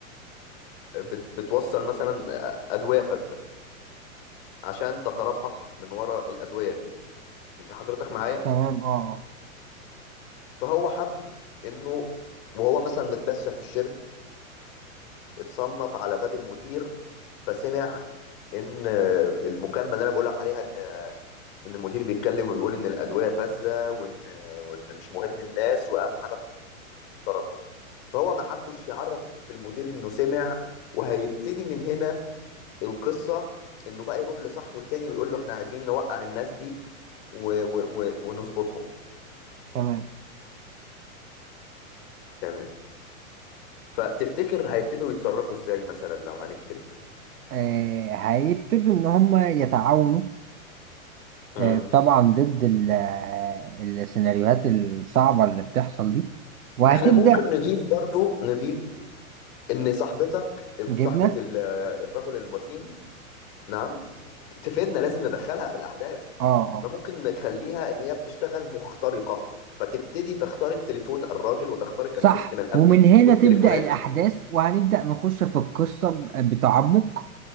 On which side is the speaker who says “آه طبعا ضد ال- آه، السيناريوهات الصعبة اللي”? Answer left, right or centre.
Right